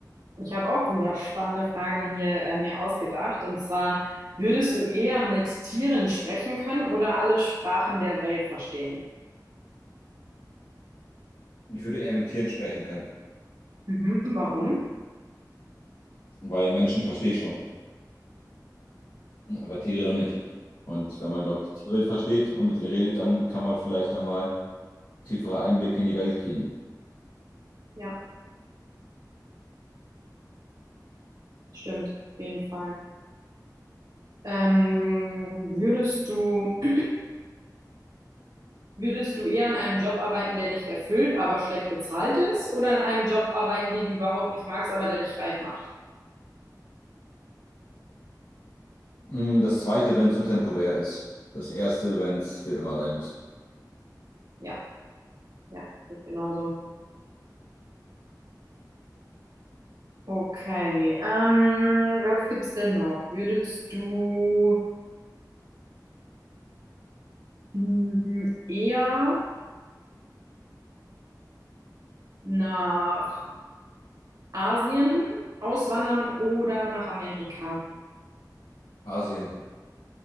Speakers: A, on the right; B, on the left.
A: Ich habe auch wieder spannende Fragen hier äh, mir ausgedacht. Und zwar, würdest du eher mit Tieren sprechen können oder alle Sprachen der Welt verstehen?
B: Ich würde eher mit Tieren sprechen können,
A: Mhm, warum?
B: weil Menschen verstehe ich schon, aber Tiere doch nicht. Und wenn man, glaube ich, die Tierwelt versteht und mit denen redet, dann kann man vielleicht einmal tiefere Einblicke in die Welt kriegen.
A: Ja, stimmt, auf jeden Fall. Ähm, würdest du, <clears throat> würdest du eher in einem Job arbeiten, der dich erfüllt, aber schlecht bezahlt ist, oder in einem Job arbeiten, den du überhaupt nicht magst, aber der dich reich macht?
B: Mm, Das Zweite, wenn es nur temporär ist. Das Erste, wenn es für immer sein muss.
A: Ja, ja, sehe ich genauso. Okay, ähm, was gibt's denn noch? Würdest du Mm, Eher nach Asien auswandern oder nach Amerika.
B: Asien.